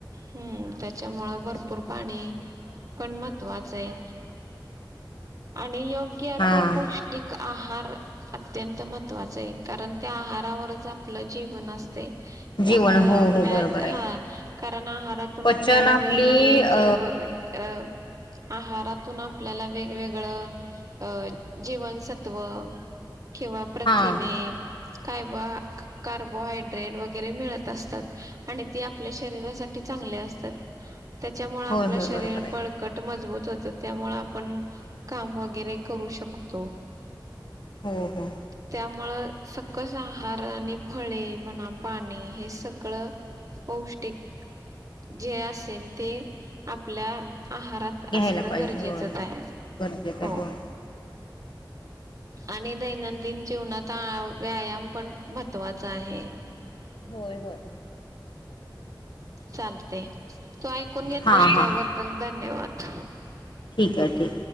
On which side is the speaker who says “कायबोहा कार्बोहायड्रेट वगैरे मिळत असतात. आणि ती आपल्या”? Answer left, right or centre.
Right